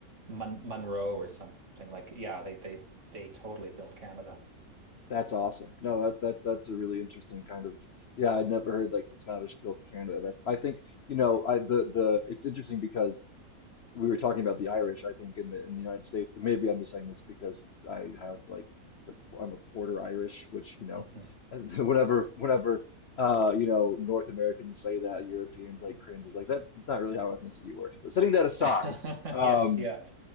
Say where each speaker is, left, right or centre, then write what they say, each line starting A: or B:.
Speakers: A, on the right; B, on the left.
A: Mon Monroe or something. Like, yeah, they they they totally built Canada.
B: That's awesome. No, that, that that's a really interesting kind of yeah, I'd never heard like the Scottish built Canada. That's I think, you know, I the the it's interesting because we were talking about the Irish, I think, in the in the United States. And maybe I'm just saying this because I have like a, qu- I'm a quarter Irish, which, you know,
A: Mhm.
B: <laughs> whenever whenever uh, you know, North Americans say that, Europeans like cringe is like that's, that's not really how ethnicity works. But setting that aside,
A: <laughs>
B: um
A: Yes, yeah.